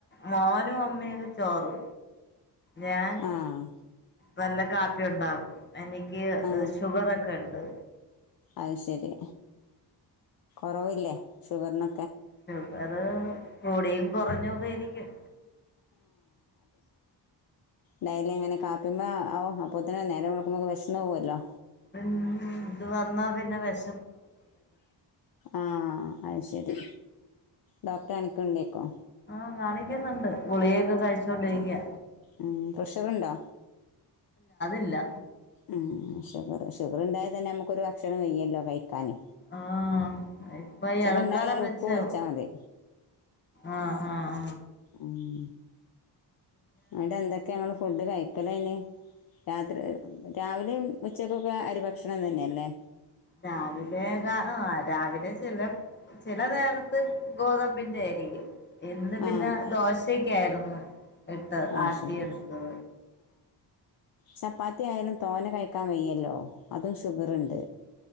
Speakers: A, on the left (about 25°); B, on the left (about 60°).
A: മോനും അമ്മയയും ഒക്കെ ചോറ് ഞാൻ
B: ആഹ്.
A: നല്ല കാപ്പി ഉണ്ടാ എനിക്ക്
B: ആ
A: ഷുഗറൊക്കെ ഉണ്ട്.
B: അത് ശരി. കുറവില്ലേ ഷുഗറിന
A: ഷുഗർ കൂടിയും കുറഞ്ഞൊക്കെ ഇരിക്കും.
B: ഡയലി എങ്ങനെ കാപ്പിയ്പോ <unintelligible> അപ്പൊത്തിനെ നേരെ മുടക്കുമ്പോക്ക് വിഷം പോകുമല്ലോ
A: ഉം ഇത് വന്നാ പിന്നെ വിശ
B: ആഹ് അത് ശരി ഡോക്ടറെ എനക്ക്ണ്ടേക്കോ.
A: ആഹ് കാണിക്കുന്നുണ്ട്. ഗുളിയൊക്കെ കഴിച്ചൊണ്ടിരിക്ക
B: ഉ പ്രഷറുണ്ടോ?
A: ഇല്ല
B: ഉം ഷുഗർ ഷുഗറുണ്ടായൽ തന്നെ നമുക്കൊരു ഭക്ഷണം വെയ്യല്ലോ കഴിക്കാന്
A: ആ ഇപ്പ ഈ എളക്കാലം
B: ഉണ്ടായാൽ
A: വെച്ച്
B: ഉപ്പ് കുറച്ചാൽ മതി
A: ആ ആ ആ
B: ഉം. അവിടെ എന്തൊക്കെ ങ്ങള് ഫുഡ് കഴിക്കലയ്ന് രാത്രി രാവിലെയും ഉച്ചക്കൊക്കെ അരിഭക്ഷണം തന്നെയല്ലേ?
A: രാവിലെ ആ രാവിലെ ചില ചില നേരത്ത് ഗോതമ്പിന്റെ ആയിരിക്കും എന്ന് പിന്നെ
B: ആ
A: ദോശൊക്കെ ആയിരുന്നു ഇട്ട്
B: അത്
A: ആട്ടി
B: ശരി
A: എടുത്തത്
B: ചപ്പാത്തിയാലും തോനെ കായ് ക വയ്യല്ലോ അതും ഷുഗറ്ണ്ട്